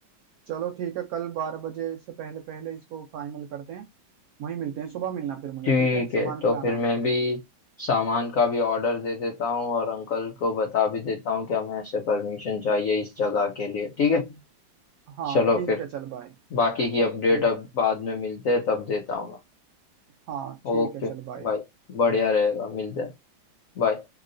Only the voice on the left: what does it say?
ठीक
है तो
फिर
मैं भी सामान का भी ऑर्डर दे देता हूँ और अंकल को बता भी देता हूँ कि हमें ऐसे परमिशन चाहिए इस जगह के लिए ठीक है
चलो
फिर
बाकी की अपडेट
अब बाद में मिलते हैं तब देता हूँ मैं
ओके
भाई बढ़िया रहेगा मिलते हैं बाय